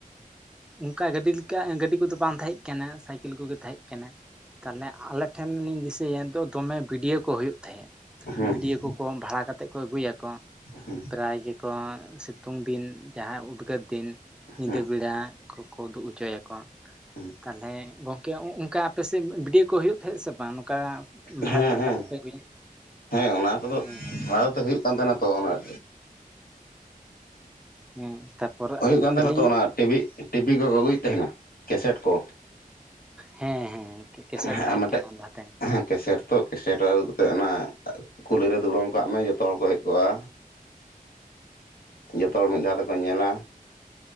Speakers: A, in the centre; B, on the left.
A: ᱚᱱᱠᱟ ᱜᱟᱹᱰᱤ ᱞᱮᱠᱟ ᱜᱟᱹᱰᱤ ᱠᱚᱫᱚ ᱵᱟᱝ ᱛᱟᱦᱮᱸ ᱠᱟᱱᱟ ᱥᱟᱭᱠ ᱟᱹᱠᱤᱞ ᱠᱚᱜᱮ ᱛᱟᱦᱮᱸ ᱠᱟᱱᱟ ᱛᱟᱦᱚᱞᱮ ᱟᱞᱮ ᱴᱷᱮᱱ ᱞᱤᱧ ᱫᱤᱥᱟᱹᱭᱭᱟᱤᱛ ᱫᱚᱢᱮ ᱵᱷᱤᱰᱭᱳ ᱠᱚ ᱦᱩᱭᱩᱜ ᱛ ᱛᱟᱦᱮᱸᱫ
B: ᱦᱩᱸ
A: ᱵᱤᱰᱭᱚ ᱠᱚᱠᱚ ᱵᱷᱟᱲᱟ ᱠᱟᱛᱮᱫ ᱠᱚ ᱟᱹᱜᱩᱭᱟ
B: ᱦᱩᱸ
A: ᱯᱨᱟᱭ ᱜᱮᱠᱚ ᱥᱤᱛᱩᱝ ᱫᱤᱱ ᱡᱟᱦᱟᱸᱭ ᱩᱫᱽᱜᱟᱹᱨ ᱫᱤᱱ ᱧᱤᱫᱟᱹ
B: ᱦᱩᱸ
A: ᱵᱮᱲᱟ ᱠᱚᱠᱚ ᱩᱫᱩᱜ ᱦᱚᱪᱚᱭᱟᱠᱚ
B: ᱦᱩᱸ
A: ᱛᱟᱞᱦᱮ <unintelligible> ᱜᱚᱢᱠᱮ ᱚᱱᱠᱟ ᱟᱯᱮᱥᱮᱫ ᱵᱷᱤᱰᱭᱳ ᱠᱚ ᱦᱩᱭᱩᱜ ᱛᱟᱦᱮᱸᱫ ᱥᱮ ᱵᱟᱝ ᱚᱱᱠᱟ ᱵᱷᱟᱲᱟ
B: ᱦᱮᱸ
A: ᱠᱟᱜ
B: ᱦᱮᱸ
A: ᱠᱟᱛᱮ ᱯᱮ ᱟᱹᱜᱩᱭ ᱟ
B: ᱦᱮᱸ ᱚᱱᱟ ᱠᱚᱫᱚ
A: ᱦᱮᱸ ᱦᱮᱸ
B: ᱞᱟᱦᱟ ᱛᱮ ᱦᱩᱭᱩᱜ ᱠᱟᱱ ᱛᱟᱦᱮᱱᱟ ᱛᱚ ᱚᱱᱟ
A: ᱦᱮᱸ ᱛᱟᱨᱯᱚᱨ
B: ᱦᱩᱭᱩᱜ ᱠᱟᱱ ᱛᱟᱦᱮᱱᱟ
A: ᱟᱹᱞᱤᱧ
B: ᱛᱚ ᱚᱱᱟ ᱴᱤᱵᱤ ᱴᱤᱵᱷᱤ ᱠᱚ ᱟᱹᱜᱩᱭᱮᱫ ᱛᱟᱦᱮᱱᱟ ᱠᱮᱥᱮᱴ ᱠᱚ
A: ᱦᱮᱸ ᱦᱮᱸ ᱠᱮᱥᱮᱴ
B: ᱦᱮᱸ
A: ᱛᱟᱦᱮᱸ
B: ᱢᱤᱫᱴᱮᱡ
A: ᱠᱟᱱᱟ ᱞᱟᱦᱟᱛᱮ
B: ᱦᱮᱸ ᱠᱮᱥᱮᱴ ᱛᱚ ᱠᱮᱥᱮᱴ ᱟᱹᱜᱩ ᱠᱟᱛᱮᱫ ᱚᱱᱟ ᱠᱩᱞᱦᱤᱨᱮ ᱫᱩᱲᱩᱵ ᱠᱟᱜ ᱢᱮ ᱡᱚᱛᱚ ᱦᱚᱲ ᱠᱚ ᱦᱮᱡ ᱠᱚᱜᱼᱟ ᱡᱚᱛᱚ ᱦᱚᱲ ᱢᱤᱫ ᱫᱷᱟᱣ ᱛᱮᱠᱚ ᱧᱮᱞᱟ